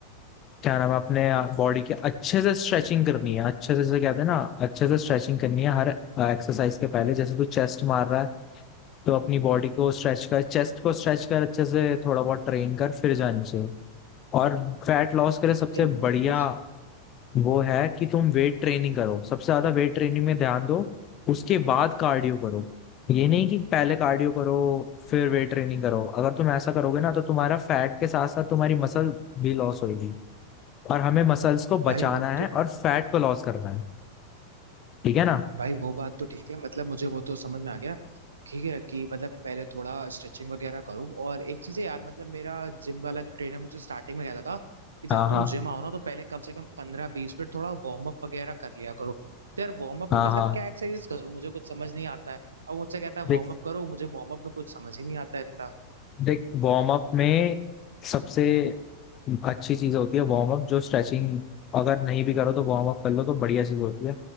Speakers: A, on the left; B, on the right.
A: क्या नाम है अपने बॉडी के अच्छे से स्ट्रेचिंग करनी है अच्छे से जैसे कहते हैं ना अच्छे से स्ट्रेचिंग करनी है हर एक्सरसाइज के पहले जैसे तू चेस्ट मार रहा है तो अपनी बॉडी को स्ट्रेच कर चेस्ट को स्ट्रेच कर अच्छे से थोड़ा बहुत ट्रेन कर फिर जानी चाहिए और फैट लॉस के लिए सबसे
B: नहीं,
A: बढ़िया
B: वो
A: वो है कि तुम वेट ट्रेनिंग करो सबसे ज्यादा वेट ट्रेनिंग में ध्यान दो उसके बाद कार्डियो करो ये नहीं कि पहले कार्डियो करो फिर वेट ट्रेनिंग करो अगर तुम ऐसा करोगे ना तो तुम्हारा फैट के साथ साथ तुम्हारी मसल भी लॉस होगी और हमें मसल्स को
B: भाई
A: बचाना
B: वो तो
A: है और फैट को लॉस करना है ठीक है ना
B: भाई वो बात तो ठीक है मतलब मुझे वो तो समझ में आ गया ठीक है कि मतलब पहले थोड़ा स्ट्रेचिंग वगैरह करूँ और एक चीज़ है यार मतलब मेरा जिम वाला ट्रेनर मुझे स्टार्टिंग में कहता था कि जब
A: हाँ
B: तुम
A: हाँ
B: जिम आओ ना तो पहले कम से कम पंद्रह बीस मिनट थोड़ा वार्म अप वगैरह कर लिया करो तो यार वार्म अप
A: हाँ
B: में मतलब
A: हाँ
B: क्या एक्सरसाइज करूँ मुझे कुछ समझ नहीं आता है अब मुझसे कहता है
A: देख
B: वार्म अप करो मुझे वार्म अप में कुछ समझ ही नहीं आता है इतना
A: देख वार्म अप में सबसे अच्छी चीज होती है वार्म अप जो स्ट्रेचिंग अगर नहीं भी करो तो वार्म अप कर लो तो बढ़िया चीज होती है